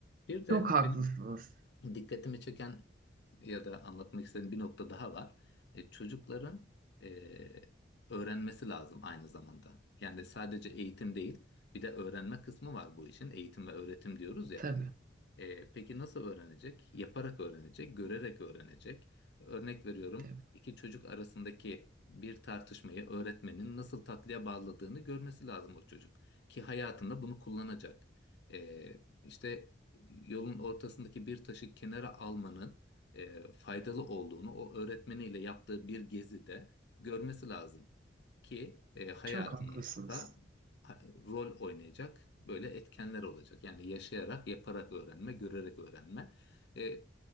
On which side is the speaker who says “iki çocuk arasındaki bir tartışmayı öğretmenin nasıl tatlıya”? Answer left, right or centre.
Left